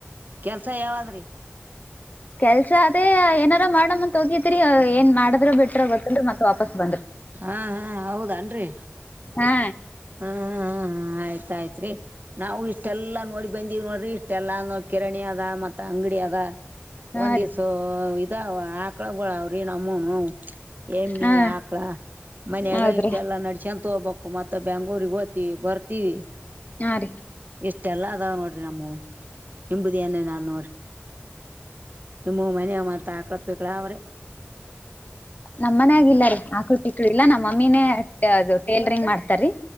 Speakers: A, on the right; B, on the left.
A: ಕೆಲ್ಸ ಯಾವಾದ್ರಿ
B: ಕೆಲ್ಸ ಅದೇ ಏನಾರ ಮಾಡಮ್ ಅಂತ ಹೋಗಿದ್ರಿ ಏನ್ ಮಾಡಿದ್ರರು ಬಿಟ್ರ ಗೊತ್ತದ ಮತ್ ವಾಪಸ್ ಬಂದ್ರು
A: ಹಾ ಹಾ ಹೌದನ್ರಿ
B: ಹಾ
A: ಹ್ಮ ಆಯ್ತಾಯ್ತ್ರಿ ನಾವವು ಇಷ್ಟೆಲ್ಲಾ ನೋಡಿ ಬಂದಿವವಿ ನೋಡ್ರಿ ಇಷ್ಟ ಮೆಲ್ಲ ಕಿರಣಿ ಅದ ಮತ್ತ ಅಂಗಡಿ ಅದ
B: ಹಾ
A: ಒಂದಿವಸ
B: ರೀ
A: ಇದ ಹಾಕ ಹಳ ಅವ್ರ ನಮ್ಮನು ಎಮ್ಮಿ
B: ಹಾ
A: ಆಕ ಮನ್ಯಾಗ
B: ಹೌದ್ರಿ
A: ಇಷ್ಟೆಲ್ಲಾ ನಡಸ್ಯ ಅಂತ ಹೋಗ್ಬೇಕು ಮತ್ತ ಬೆಂಗಳೂರಿಗೆ ಓದ್ ವಿ ಬರ್ತೀವಿ
B: ಹಾ ರೀ
A: ಇಷ್ಟೆಲ್ಲ ಅದಾವ್ ನೋಡ್ರಿ ನಮ್ಮ ಹಿಂಬದಿಯನೆನ ನೋರು ನಿಮ್ಮ ಮನ ಮತ್ ಆಕಳಪಕ್ಳ ಅವ್ರೆ
B: ನಮ್ಮ ಮನ ಆಗಲ್ಲಾರಿೀ ಆಕಳ ಪಿಕ್ಳ ಇಲ್ಲಾ ನಮ್ಮಮ್ಮಿನೇ ಅದು ಟೇಲರಿಂಗ್ ಮಾಡ್ತಾರೀ